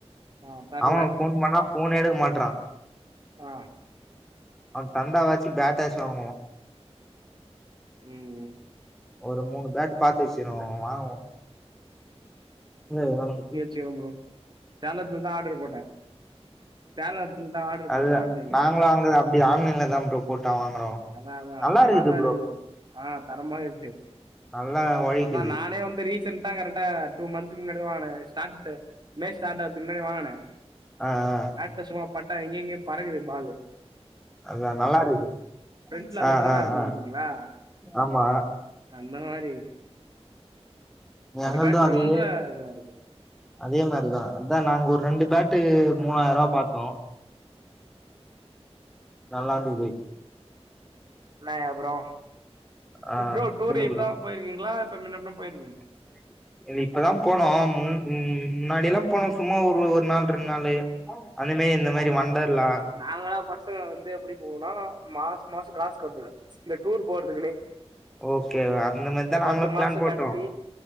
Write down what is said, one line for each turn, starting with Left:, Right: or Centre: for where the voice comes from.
Right: ஆ தெர்ல
Centre: அவ ஃபோன் பண்ணா ஃபோனே எடுக்க மாட்றா
Right: ஆ
Centre: அவன் தந்தாவாச்சு பேட்டாச்சு வாங்குவோ
Right: ம்
Centre: ஒரு முணு பேட்டு பாத்து வெச்சிறோ வாங்குகோ போய் வாங்கவெச்சு
Right: சேமா சேலத்ல தா ஆர்ட்ரு போட்டே சேலத்தில் தா ஆர்ட்ரு
Centre: அதுதா
Right: போட்டே ஆன்லைன்ல
Centre: நாங்களு அங்க அப்டி ஆன்லைன்ல தா ப்ரோ போட்டா வாங்குறோ
Right: அதா அதா
Centre: நல்லா
Right: நல்லாதா
Centre: இருக்குது
Right: இருக்கு ப்ரோ ஆ தரமா இருக்கு
Centre: நல்லா ஒழைக்குது
Right: ஒரு நா நானே வந்து ரீ செண்ட்டா கரெக்டா டூ மந்த்துக்கு முன்னாடி தா வாங்குனே ஸ்டார்டு மே ஸ்டார்ட் ஆகறதுக்கு முன்னாடி வாங்குனே
Centre: ஆ ஆ
Right: பேட்ல சும்மா பட்டா எங்க எங்கயோ பறக்குது பாலு
Centre: அதா நல்லா இருக்குது
Right: ஃப்ரண்ட்ல அந்த
Centre: ஆ
Right: மோடா
Centre: ஆ
Right: இருக்கும்
Centre: ஆ
Right: பாத்தீங்களா
Centre: ஆமா
Right: அந்த மார்
Centre: எங்கள்து
Right: ஒரு பேட்
Centre: அதே
Right: ரொம்ப இதுவா இருக்கும்
Centre: அதே மாரிதா அதா நாங்க ஒரு ரெண்டு பேட்டு
Right: ஆ,
Centre: மூவாயிரூவா பாத்தோ நல்லாருந்தது
Right: இன்ன அப்பறோ
Centre: ஆ
Right: டு ப்ரோ டூரு
Centre: சொல்லு
Right: இப்பதா போயிருக்கீங்ளா இல்ல மின்னாடிலா போயிருக்கீங்ளா
Centre: தனக்கு இது இப்பதா போனோ முன் ம் முன்னாடிலா போனோ சும்மா ஒரு ஒரு நாள் ரெண்டு நாளு அந்த மாரி இந்த மாரி வண்டர்லா
Right: நாங்களா பசங்க வந்து எப்டி போவோனா மாச மாச காசு கட்டுவே இந்த டூர் போறதுக்குனே
Centre: ஓகே அந்த மாரிதா
Right: ஒரு
Centre: நாங்களு
Right: பத்து
Centre: பிளான்
Right: மாச
Centre: போட்டோ
Right: கட்டி